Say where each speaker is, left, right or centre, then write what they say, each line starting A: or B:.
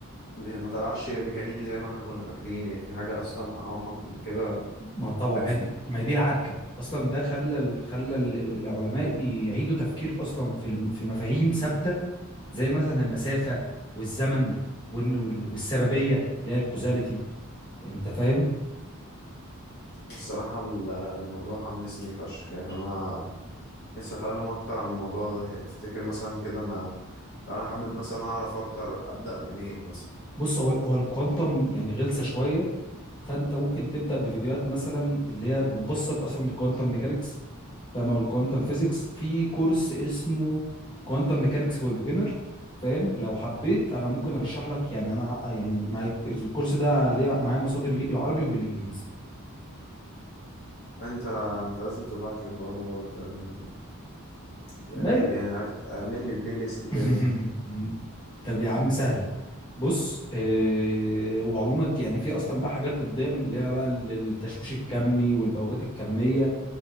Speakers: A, on the left; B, on the left.
A: ما طلعش ميكانيكي زي ما احنا كنا فاكرين يعني في حاجة أصلا أعمق من كده
B: ما هو طبعا
A: بتحصل
B: ما هي دي ما هي دي العركه اصلا ده خلى ال- خلى ال- ال- العلماء يعيدوا تفكير اصلا في الم- في مفاهيم ثابته زي مثلا المسافه والزمن وإن- وال- والسببيه اللي هي الكوزاليتي انت فاهم
A: والصراحة ال- الموضوع حمسني فشخ يعني أنا نفسي أتعلم أكتر عن الموضوع ده يعني تفتكر مثلا كده أنا لو أنا حابب مثلا أعرف أكتر أبدأ منين مثلا
B: بص هو هو الكوانتم يعني غلسه شويه فانت ممكن تبدا بفيديوهات مثلا اللي هي بتبسط اصلا الكوانتم ميكانكس فاهم او الكوانتم فيزيكس في كورس اسمه كوانتم ميكانكس فور بيجنر فاهم لو حبيت انا
A: مم.
B: ممكن ارشح لك يعني انا يعني معايا الكورس ده ليه معايا مصادر ليه بالعربي وبالانجليزي
A: انت انت لازم تبعت لي الحوار دوت يعني كأنك
B: ما
A: بت- يعني عارف اعمل لي بلاي ليست كده
B: <laughs>
A: فاهم
B: طب يا عم سهله بص آه وعموما يعني في اصلا بقى حاجات قدام اللي هي بقى التشويش الكمي والبوابات الكميه